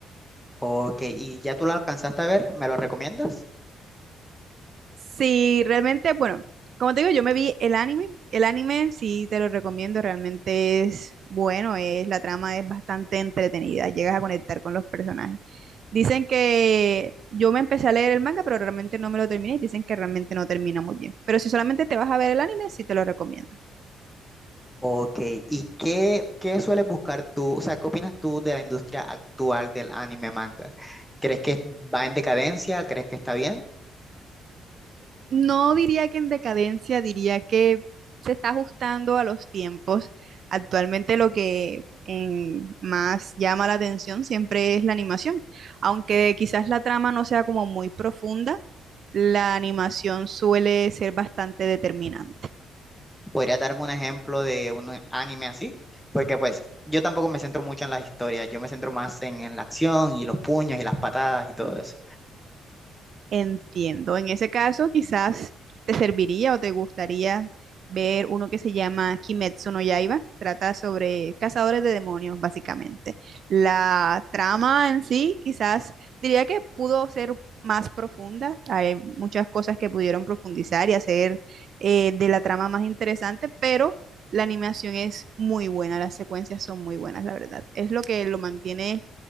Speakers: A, in the centre; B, on the right (about 55°).
A: Ok, ¿y ya tú lo alcanzaste a ver? ¿Me lo recomiendas?
B: Sí, realmente, bueno, como te digo, yo me vi el anime. El anime sí te lo recomiendo. Realmente es bueno. Es, la trama es bastante entretenida. Llegas a conectar con los personajes. Dicen que yo me empecé a leer el manga, pero realmente no me lo terminé y dicen que realmente no termina muy bien. Pero si solamente te vas a ver el anime, sí te lo recomiendo.
A: Ok, ¿y qué, qué sueles buscar tú? O sea, ¿qué opinas tú de la industria actual del anime manga? ¿Crees que va en decadencia? ¿Crees que está bien?
B: No diría que en decadencia, diría que se está ajustando a los tiempos. Actualmente lo que en- más llama la atención siempre es la animación. Aunque quizás la trama no sea como muy profunda, la animación suele ser bastante determinante.
A: ¿Podrías darme un ejemplo de un anime así? Porque pues yo tampoco me centro mucho en las historias, yo me centro más en, en la acción y los puños y las patadas y todo eso.
B: Entiendo. En ese caso, quizás te serviría o te gustaría ver uno que se llama Kimetsu no Yaiba. Trata sobre cazadores de demonios, básicamente. La trama en sí, quizás diría que pudo ser más profunda. Hay muchas cosas que pudieron profundizar y hacer eh, de la trama más interesante, pero la animación es muy buena, las secuencias son muy buenas, la verdad. Es lo que lo mantiene